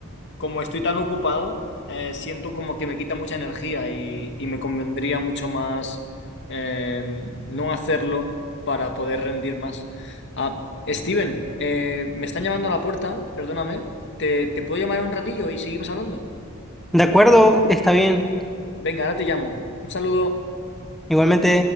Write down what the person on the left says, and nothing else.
como estoy tan ocupado, eh, siento como que me quita mucha energía y, y me convendría mucho más eh, no hacerlo para poder rendir más. Ah, Steven, eh, me están llamando a la puerta, perdóname. ¿Te, te puedo llamar en un ratillo y seguimos hablando?
Venga, ahora te llamo. Un saludo.